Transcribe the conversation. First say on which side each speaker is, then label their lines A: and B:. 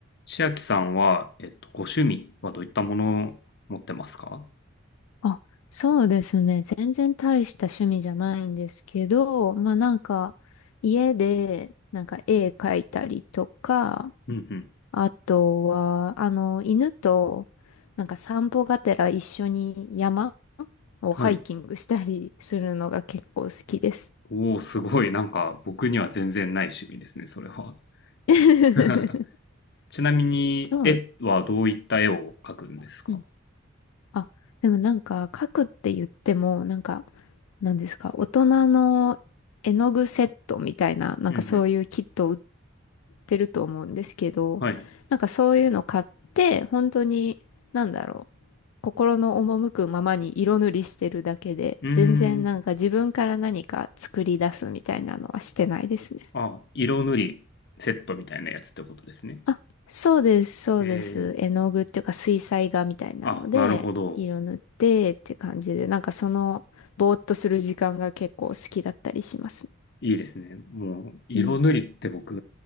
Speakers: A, on the left; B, on the left.
A: 千秋さんは、えっと、ご趣味はどういったものを持ってますか
B: あ、そうですね。全然大した趣味じゃないんですけど、まあなんか、家で、なんか絵描いたりとか、
A: うんうん。
B: あとは、あの、犬と、なんか散歩がてら一緒に山をハイキングしたりするのが結構好きです。
A: はい。おお、すごい。なんか、僕には全然ない趣味ですね、それは。
B: <laughs>
A: <laughs> ちなみに、
B: そう。
A: 絵はどういった絵を描くんですか
B: うんあ、でもなんか、描くって言っても、なんか、なんですか、大人の絵の具セットみたいな、なんかそういうキットを売っ
A: うんうん。
B: てると思うんですけど、
A: はい。う
B: なんかそういうの買って、本当に、なんだろう、心の赴くままに色塗りしてるだけで、
A: ーん。
B: 全然なんか自分から何か作り出すみたいなのはしてないですね。
A: あ、色塗りセットみたいなやつってことですね。
B: あ、そうです、そうです。
A: えー、
B: 絵の具っていうか水彩画みたいなので、
A: あ、なるほど。
B: 色塗ってって感じで、なんかその、ぼーっとする時間が結構好きだったりしますね。
A: いいですね。もう、色塗りって僕、
B: うん